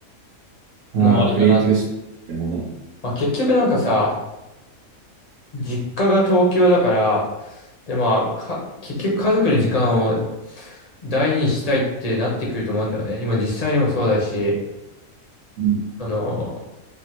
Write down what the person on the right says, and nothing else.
うん。
ああ、クリエイティブスピーもね。
うん